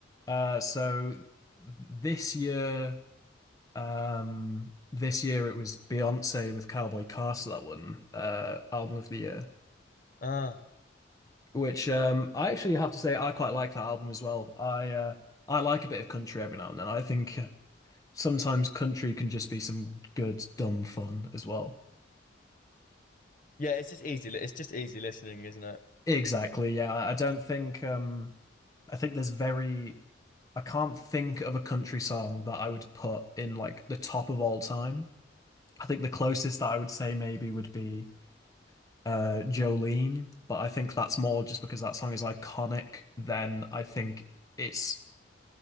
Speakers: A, on the left; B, on the left.
A: uh, so th- this year. Um, this year it was Beyonce with Cowboy Castle that won uh, Album of the Year,
B: Ah,
A: which um, I actually have to say I quite like that album as well. I uh, I like a bit of country every now and then. I think sometimes country can just be some good dumb fun as well.
B: yeah. It's just easy. li- It's just easy listening, isn't it?
A: Exactly, yeah. I don't think um I think there's very I can't think of a country song that I would put in like the top of all time. I think the closest that I would say maybe would be uh Jolene, but I think that's more just because that song is iconic than I think it's